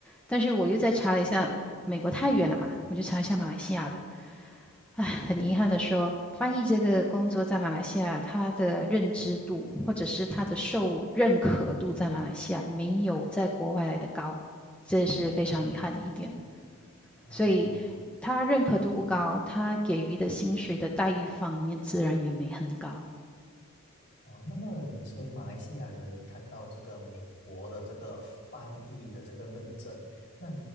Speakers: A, in the centre; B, on the left (about 50°).
A: 但是我又再查了一下，美国太远了嘛，我就查一下马来西亚的。唉，很遗憾的说，翻译这个工作在马来西亚，它的认知度或者是它的受认可度在马来西亚没有在国外来的高，这是非常遗憾的一点。
B: 哦哦，
A: 所以他认可度不高，他给予的薪水的待遇方面自然也没很高。
B: 哦，那么你身为马来西亚人，你看到这个美国的这个翻译的这个认证，那